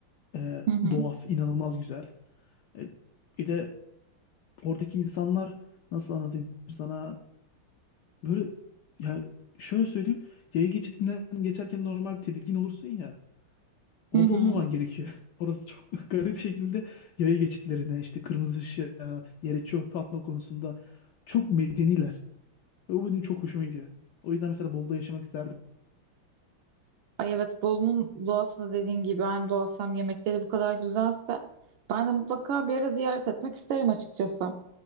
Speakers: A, on the left; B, on the right.
A: e,
B: Hı hı.
A: doğası inanılmaz güzel. E, bir de oradaki insanlar nasıl anlatayım sana böyle ya şöyle söyleyeyim yaya geçidinden geçerken normal tedirgin olursun ya orada
B: Hı hı.
A: olmaman gerekiyor. <laughs> Orası çok <laughs> garip şekilde yaya geçitlerine işte kırmızı ışığa yere çöp atma konusunda çok medeniler. Ve bu benim çok hoşuma gidiyor. O yüzden mesela Bolu'da yaşamak isterdim.
B: Ay evet Bolu'nun doğası da dediğin gibi hem doğası hem yemekleri bu kadar güzelse ben de mutlaka bir ara ziyaret etmek isterim açıkçası.